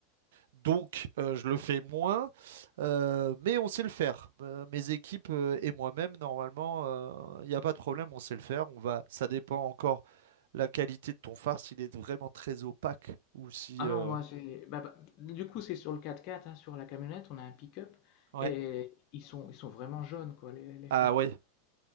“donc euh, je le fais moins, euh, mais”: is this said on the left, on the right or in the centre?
Right